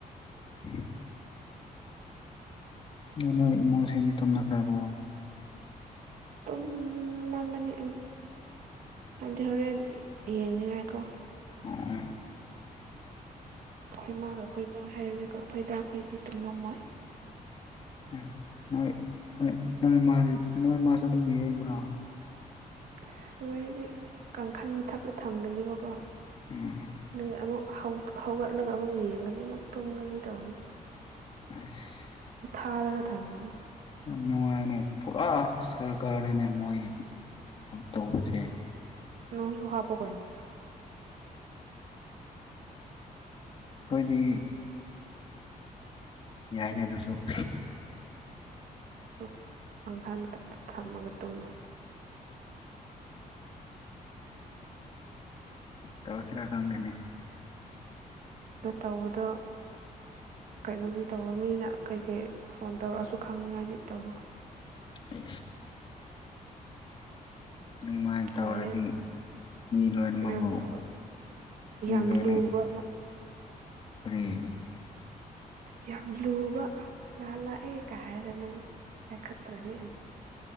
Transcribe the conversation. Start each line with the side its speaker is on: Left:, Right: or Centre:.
Left: ꯎꯃ ꯅꯣꯢ ꯏꯃꯨꯡꯁꯤꯡꯗꯤ ꯇꯨꯝꯅꯈ꯭ꯔꯕꯣ
Right: ꯇꯨꯝꯃꯝꯃꯅꯤ ꯎꯝ ꯍꯥꯢꯗꯤ ꯍꯣꯔꯦꯟ ꯌꯦꯡꯅꯤꯡꯉꯥꯏꯀꯣ
Left: ꯎꯝ
Right: ꯑꯩꯈꯣꯏ ꯃꯥꯒ ꯈꯣꯏꯒ ꯍꯥꯏꯔꯤꯁꯦꯀ ꯑꯩꯈꯣꯏꯗ ꯑꯩꯈꯣꯏꯗꯤ ꯇꯨꯝꯃꯝꯃꯣꯏ
Left: ꯎꯝ ꯅꯣꯏ ꯅꯣꯏ ꯃꯥꯗꯤ ꯅꯣꯏ ꯃꯥꯁꯨ ꯑꯗꯨꯝ ꯌꯦꯡꯕ꯭ꯔꯣ
Right: ꯑꯁꯃꯥꯏꯒꯤ ꯀꯥꯡꯈꯜ ꯃꯊꯞꯇ ꯊꯝꯒꯅꯦꯕꯀꯣ
Left: ꯎꯝ
Right: ꯅꯪ ꯑꯃꯨꯛ ꯍꯧꯒꯠꯂꯒ ꯑꯃꯨꯛ ꯌꯦꯡꯒꯅꯤ ꯑꯃꯨꯛ ꯇꯨꯝꯒꯅꯤ ꯇꯧꯅꯤ
Left: ꯑꯁ
Right: ꯊꯥꯔꯒ ꯊꯝꯕꯅꯤ
Left: ꯌꯥꯝ ꯅꯨꯡꯉꯥꯏꯅꯦ ꯄꯨꯔꯥ ꯁꯔꯀꯥꯔꯅꯅꯦ ꯃꯣꯏ ꯇꯧꯕꯁꯦ
Right: ꯅꯣꯢꯖꯨ ꯍꯥꯄꯨ ꯀꯩꯅꯣ
Left: ꯑꯩꯈꯣꯏꯗꯤ ꯌꯥꯏꯅꯦ ꯑꯗꯨꯁꯨ
Right: ꯎꯝ ꯄꯪꯈꯥꯏ ꯃꯊꯛꯇ ꯊꯝꯃꯒ ꯇꯨꯝꯃꯨ
Left: ꯇꯁꯤꯔꯥ ꯈꯪꯗꯅꯦ
Right: ꯑꯗꯣ ꯇꯧꯕꯗꯣ ꯀꯩꯅꯣꯗꯤ ꯇꯧꯋ ꯃꯤꯅ ꯀꯩꯀꯩ ꯐꯣꯟ ꯇꯧꯔꯛꯑꯁꯨ ꯈꯪꯅꯤꯉꯥꯏꯗꯤ ꯇꯧꯋꯣ
Left: ꯑꯦ ꯑꯗꯨꯃꯥꯏꯅ ꯇꯧꯔꯗꯤ
Right: ꯍꯣꯔꯦꯟ
Left: ꯃꯤ ꯂꯣꯏꯅꯃꯛꯄꯨ
Right: ꯅꯪ ꯐꯣꯟ
Left: ꯃꯤ
Right: ꯌꯥꯝ
Left: ꯂꯣꯏꯅ
Right: ꯂꯨꯕ
Left: <unintelligible>
Right: ꯌꯥꯝ ꯂꯨꯕ ꯂ ꯂꯥꯛꯑꯦ ꯀ ꯍꯥꯏꯔꯒ ꯅꯪ ꯄꯥꯏꯈꯠ ꯑꯗꯤ